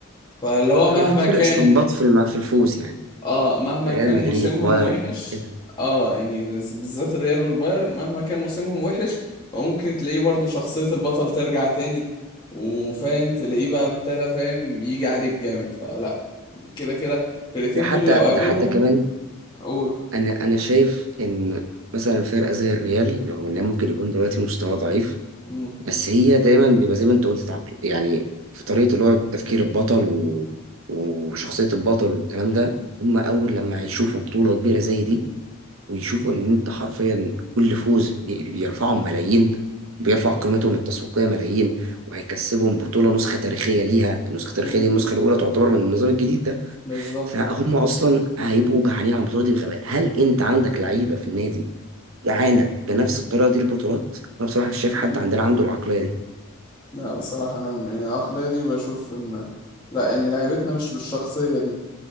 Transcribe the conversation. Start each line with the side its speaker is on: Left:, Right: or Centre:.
Left: فاللي هو مهما
Right: هو في فرق
Left: كان
Right: استنباط في الم... في الفوز يعني
Left: اه مهما
Right: ريال
Left: كان
Right: مدريد
Left: موسمهم
Right: بايرن
Left: وحش
Right: كده
Left: اه يعني بالذات الريال والبايرن مهما كان موسمهم وحش وممكن تلاقيه برضه شخصية البطل ترجع تاني وفاهم تلاقيه بقى ابتدى فاهم يجي عليك جامد فلا كده كده الفرقتين
Right: ده حتى
Left: دول لو قابلهم
Right: ده حتى كمان
Left: قول
Right: انا انا شايف ان مثلا فرقه زي الريال رغم انها ممكن يكون دلوقتي مستوى ضعيف
Left: مم.
Right: بس هي دايما بيبقى زي ما انت قلت عقل- يعني في طريقة اللي هو تفكير البطل و... وشخصية البطل والكلام ده هم أول لما هيشوفوا بطولة كبيرة زي دي ويشوفوا إن أنت حرفيا كل فوز بي- بيرفعهم ملايين بيرفع قيمتهم التسويقية ملايين وهيكسبهم بطولة نسخة تاريخية ليها النسخة التاريخية
Left: مم.
Right: دي النسخة الأولى تعتبر من النظام الجديد ده
Left: بالظبط
Right: فهم
Left: اه
Right: أصلا هيبقوا جعانين على البطولة دي بغباء هل أنت عندك لعيبة في النادي جعانة بنفس الطريقة دي البطولات؟ أنا بصراحة مش شايف
Left: مم.
Right: حد عندنا عنده العقلية دي
Left: لا بصراحة أنا م- يعني العقلية دي بشوف إن لا يعني لعيبتنا مش بالشخصية دي